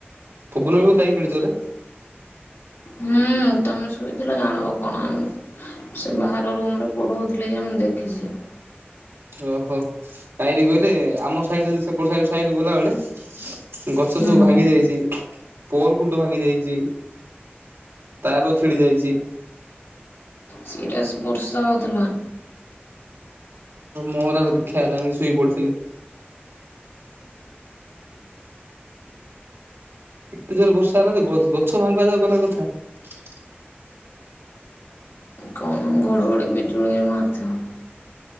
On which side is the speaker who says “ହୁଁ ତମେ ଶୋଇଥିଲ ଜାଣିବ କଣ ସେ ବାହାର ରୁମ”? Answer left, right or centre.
Left